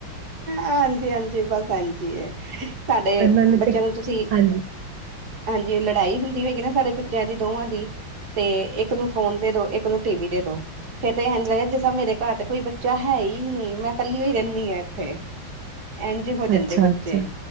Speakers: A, on the right (about 50°); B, on the right (about 75°).
A: ਹਾਂਜੀ-ਹਾਂਜੀ ਬਸ ਐਂਜ ਈ ਏ, ਸਾਡੇ
B: ਇਹਨਾਂ ਨੇ
A: ਬੱਚਿਆਂ
B: ਤੇ
A: ਨੂੰ ਤੁਸੀਂ
B: ਹਾਂਜੀ
A: ਹਾਂਜੀ, ਲੜਾਈ ਹੁੰਦੀ ਹੈਗੀ ਨਾਂ ਸਾਡੇ ਬੱਚਿਆਂ ਦੀ ਦੋਵਾਂ ਦੀ ਤੇ ਇੱਕ ਨੂੰ ਫੋਨ ਦੇ ਦੋ, ਇੱਕ ਨੂੰ ਟੀ ਵੀ ਦੇ ਦੋ, ਫੇਰ ਤੇ ਇਹ ਇੰਝ ਲੱਗਿਆ ਜਿਸ ਤਾਂ ਮੇਰੇ ਘਰ ਤੇ ਕੋਈ ਬੱਚਾ ਹੈ ਹੀ ਨਹੀਂ, ਮੈਂ ਕੱਲੀਓ ਹੀ ਰਹਿੰਦੀ ਆ ਇੱਥੇ। ਇੰਝ ਹੋ
B: ਅੱਛਾ
A: ਜਾਂਦੇ ਬੱਚੇ,
B: ਅੱਛਾ